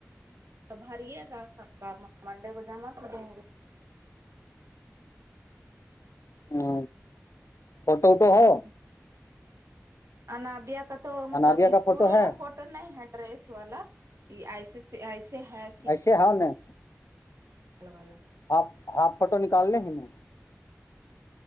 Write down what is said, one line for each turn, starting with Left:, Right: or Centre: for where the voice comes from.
Right: تو بھریے گا سب کا منڈے کو جمع کر دیں گے
Left: ہ فوٹو ووٹوں
Right: ہ
Left: ہے
Right: انابیہ کا تو مطلب
Left: انابیا
Right: اسکول
Left: کا فوٹو
Right: والا
Left: ہے
Right: فوٹو نہیں ہے ڈریس والا ایسے ایسے ہے
Left: ایسے اون ہے
Right: ل والا
Left: ہاف ہاف فوٹو نکالنے ہیں نا